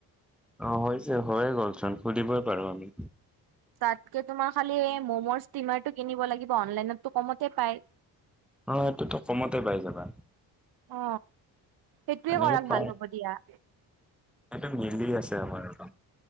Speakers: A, in the centre; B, on the right.
A: অ হৈছে হৈয়ে গ'লচোন সুধিবই পাৰো আমি।
B: তাতকে তোমাৰ খালি মম' ষ্টিমাৰটো কিনিব লাগিব অনলাইনতো কমতে পায়।
A: অ এইটোতো কমতে পাই যাবা।
B: অ সেইটোয়ে
A: এনেকে
B: কৰা ভাল
A: পাই
B: হ'ব দিয়া।
A: সেইটো মিলি আছে আমাৰ।